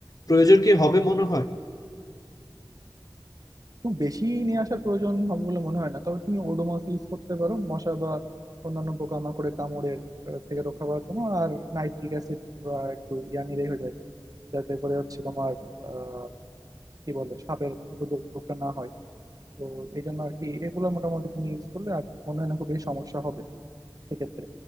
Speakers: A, on the left; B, on the right.
A: প্রয়োজন কি হবে মনে হয়
B: খুব বেশি নিয়ে আসার প্রয়োজন হবে বলে মনে হয় না তবে তুমি ওডোমস ইউজ করতে পারো মশা বা অন্যান্য পোকামাকড়ে কামড়ের আহ, থেকে রক্ষা পাওয়ার জন্য আর নাইট্রিক অ্যাসিড বা একটু ইয়া নিলেই হয়ে যায় যাতে করে হচ্ছে তোমার আহ কি বলে সাপের উপদ্রবটা না হয় তো এই জন্য আর কি এগুলো মোটামুটি তুমি ইউজ করলে আর মনে হয় না খুব বেশি সমস্যা হবে সেক্ষেত্রে